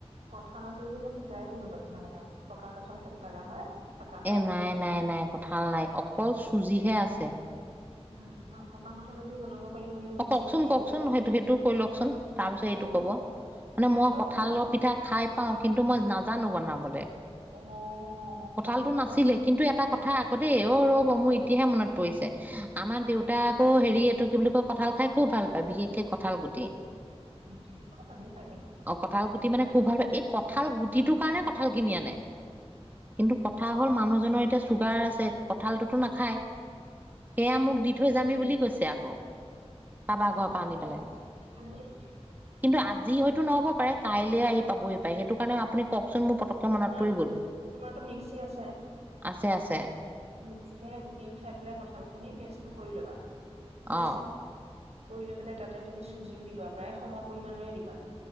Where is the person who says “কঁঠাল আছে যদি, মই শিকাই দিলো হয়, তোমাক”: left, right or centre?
Right